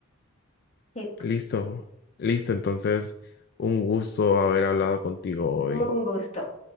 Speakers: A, on the left; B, on the left.
A: Sí,
B: Listo, listo, entonces un gusto haber hablado contigo hoy.
A: un gusto.